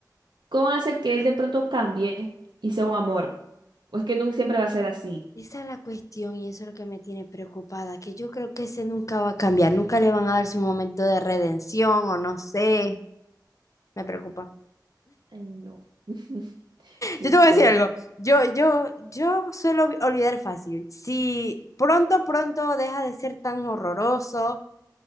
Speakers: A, on the right (about 85°); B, on the left (about 45°).
A: ¿Cómo van a hacer que él de pronto cambie y sea un amor? ¿O es que nunca siempre va a ser así?
B: Esa es la cuestión y eso es lo que me tiene preocupada, que yo creo que ese nunca va a cambiar, nunca le van a dar su momento de redención o no sé, me preocupa.
A: Ay, no. <laughs> Qué
B: Yo te
A: feo.
B: voy a decir algo, yo, yo, yo suelo olvi- olvidar fácil. Si pronto, pronto deja de ser tan horroroso